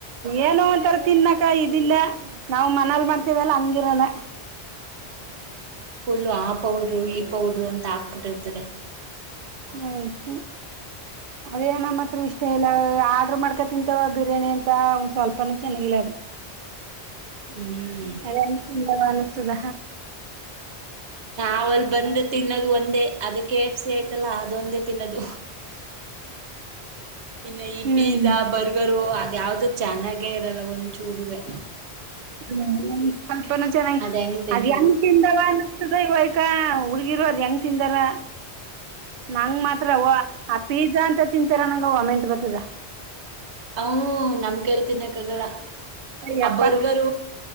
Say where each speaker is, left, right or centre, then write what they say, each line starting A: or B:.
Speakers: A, on the right; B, on the right.
A: ಏನು ಒಂಥರ ತಿನ್ಕ ಇದಿಲ್ಲ ನಾವ್ ಮನಲ್ ಮಾಡ್ತವಲ್ಲ ಹಂಗಿರಲ್ಲ
B: ಹ್ಮ್ ಫುಲ್ಲ ಆ ಪೌಡ್ರು ಈ ಪೌಡ್ರು ಅಂತ ಹಾಕ್ಬಿಟ್ಟಿರ್ತಾರೆ
A: <unintelligible> ಅದೇ ನಮ್ಮ ಹತ್ರ ಇಷ್ಟ ಇಲ್ಲ ಆಡ್ರರ್ ಮಾಡ್ಕೊ ತಿಂತವ ಬಿರಿಯಾನಿ ಅಂತ ಒಂದ್ ಸ್ವಲ್ಪನೂ ಚೆನ್ನಾಗಿಲ್ಲ <unintelligible>
B: ಹ್ಮ್
A: ಎಲ್ಲನ್ ತುಂಬ ಅನಸ್ತದ
B: ನಾವ ಅಲ್ಲಿ ಬಂದ ತಿನ್ನೋದು ಒಂದೇ ಅದಕ್ಕೆ ಎಫ್ ಸಿ ಐ್ತಲ್ಲ ಅದೊಂದೇ ತಿನ್ನೋದು ಇನ್ನು ಈ
A: ಹ್ಮ್
B: ಪಿಜಾ ಬರ್ಗರು ಅ ಯಾವ್ದು ಚೆನ್ನಾಗೇ ಇರಲ್ಲ ಒಂದುಚೂರುವೆೆ
A: ಹ್ಮ ಸ್ವಲ್ಪ ನೂ ಚೆನ್ನಾಗಿ
B: ಹೆಂಗ್ ತಿಂತಾರೋ
A: ಅದ ಹೆಂಗ ತಿಂತಾವ ಇವಯ್ಕ ಹುಡಗಿರೋದ್ ಹೆಂಗ್ ತಿಂದಾರ ನಂಗ ಮಾತ್ ಆ ಪಿಜಾ ಅಂತ ತಿಂತಾರೆ ನಂಗ ಅ ವಾಮೆಂಟ್ ಬರ್ತದ
B: ಹ್ ನಮ್ ಕೈಲೇ ತಿನ್ನಾಕ್ಕ ಆಗಲ್
A: ಯಪ್ಪ
B: ಆ ಬರ್ಗರ